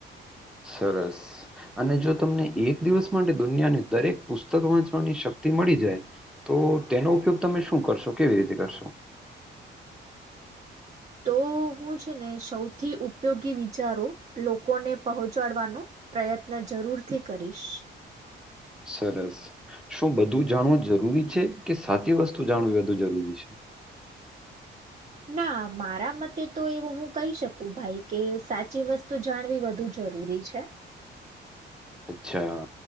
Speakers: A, in the centre; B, on the right (about 35°).
A: સરસ અને જો તમને એક દિવસ માટે દુનિયાને દરેક પુસ્તક વાંચવાની શક્તિ મળી જાય તો તેનો ઉપયોગ તમે શું કરશો કેવી રીતે કરશો
B: તો હું છે ને સૌથી ઉપયોગી વિચારો લોકોને પહોંચાડવાનો પ્રયત્ન જરૂરથી કરીશ
A: સરસ શું બધું જાણવું જરૂરી છે કે સાચી વસ્તુ જાણવી વધુ જરૂરી છે?
B: ના મારા મતે તો એવ હું કહી શકું ભાઈ કે સાચી વસ્તુ જાણવી વધુ જરૂરી છે.
A: અચ્છા